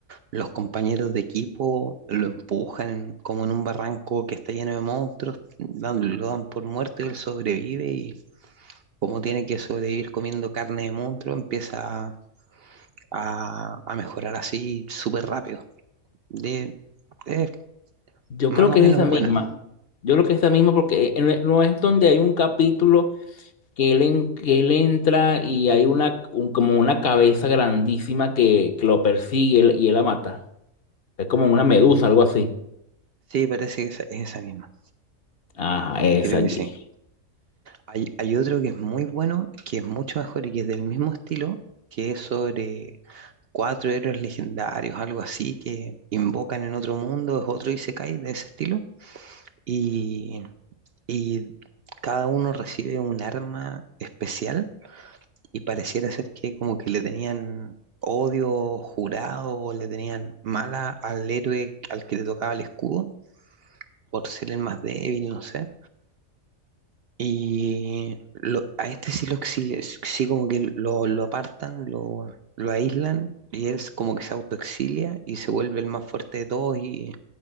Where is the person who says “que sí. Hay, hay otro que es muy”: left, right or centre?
Right